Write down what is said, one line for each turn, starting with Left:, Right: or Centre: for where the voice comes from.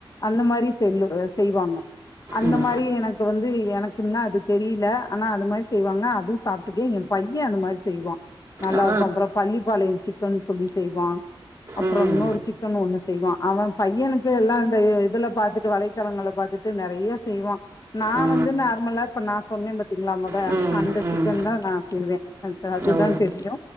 Left: அந்த மாரி செல்லு அ செய்வாங்க அந்த
Right: ம்
Left: மாரி எனக்கு வந்து எனக்குன்னா அது தெரிய்ல ஆனா அது மாதி செய்வாங்க அதுவும் சாப்டுக்கேன் என் பையன் அது மாதிரி செய்வான் நல்லாருக்கும்
Right: ஆ
Left: அப்றோ பள்ளிப்பாளையம் சிக்கனு சொல்லி செய்வான் அப்றோ
Right: ம்
Left: இன்னொரு சிக்கன் ஒண்ணு செய்வான் அவன் பையனுக்கு எல்லாம் இந்த இதுல பாத்துட்டு வலைத்தளங்கள்ல பாத்துட்டு நெறைய்ய செய்வான் நான்
Right: ஆ
Left: வந்து நார்மலா ப்ப நான் சொன்னே பாத்திங்ளா மொத
Right: ம்
Left: அந்த சிக்கன்
Right: ம்
Left: தான் நான் செய்வேன் அந்த அதுதான்
Right: ஓ
Left: தெரியு